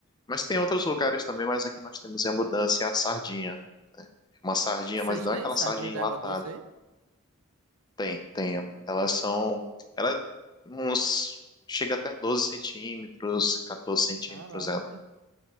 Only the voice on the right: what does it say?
Vocês
têm
sardinha
de água doce aí?
Caraca.